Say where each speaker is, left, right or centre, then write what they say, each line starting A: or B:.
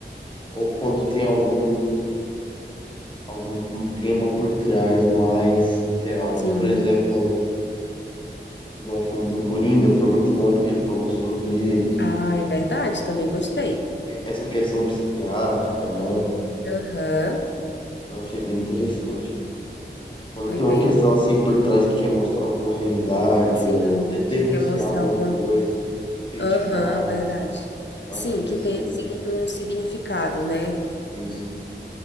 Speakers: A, on the left; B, on the left.
A: ou quando tem algum, algum um tema por trás mais geral.
B: Sim.
A: Por exemplo, igual o filme do Coringa, foi muito bom porque ele falou sobre
B: Ah, é verdade, também gostei.
A: essa questão psiquiátrica, né?
B: Aham.
A: Eu achei bem interessante. Quando
B: Foi
A: tem
B: bem.
A: uma questão assim por trás que quer mostrar alguma realidade
B: Sim,
A: ou de- denunciar
B: que quer mostrar
A: alguma
B: algum.
A: coisa, criticar,
B: Aham, verdade.
A: eu
B: Sim,
A: acho interessante
B: que tem sig- um significado, né?
A: isso.